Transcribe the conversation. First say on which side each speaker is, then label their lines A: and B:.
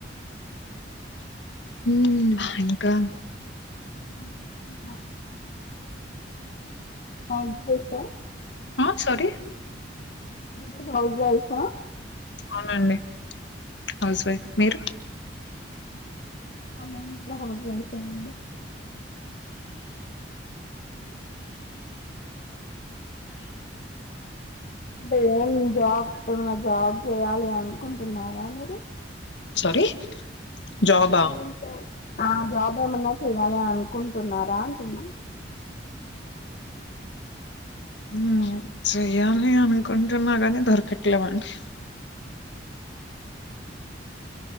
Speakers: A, on the left (about 70°); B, on the left (about 45°).
A: హ్మ్ఇంకా
B: ఏం జేస్తున్నారు హౌస్జ్ వైఫ్ ఆ
A: ఆ సారీ
B: మీరు హౌస్ వైఫా
A: అవునండి హౌస్ వైఫ్ మీరు
B: <unintelligible> నండి అంటే ఏం జాబ్ ఏమైనా జాబ్ చేయాలి అనుకుంటున్నారా మీరు
A: సారీ జాబా
B: మీది ఇంకా ఆ జాబ్ అంటే ఏమన్నా చేయాలి అనుకుంటున్నారా అంటున్నా
A: హ్మ్ చెయ్యాలి అనుకుంటున్నా గాని దొరకట్లేవండి